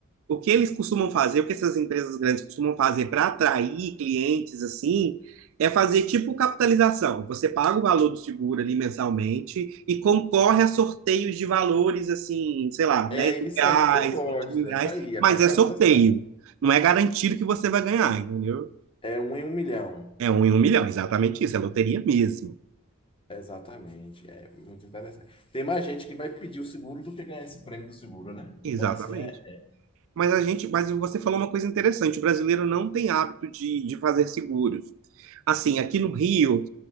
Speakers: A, on the right; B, on the left.
A: o que eles costumam fazer, o que essas empresas grandes costumam fazer para atrair clientes assim, é fazer tipo capitalização. Você paga o valor do seguro ali mensalmente e concorre a sorteios de valores assim, sei lá,
B: É
A: 10
B: isso
A: mil reais,
B: aí que eu gosto.
A: 20 mil reais,
B: Essa aí, a
A: mas
B: capitalização.
A: é sorteio. Não é garantido que você vai ganhar, entendeu?
B: É um em um milhão.
A: É um em um milhão, exatamente isso, é loteria mesmo.
B: Exatamente. É muito interessante. Tem mais gente que vai pedir o seguro do que ganhar esse prêmio do seguro, né?
A: Exatamente.
B: Então, assim, é,
A: Mas a gente, mas você falou uma coisa interessante, o brasileiro não tem hábito de, de fazer seguros. Assim, aqui no Rio,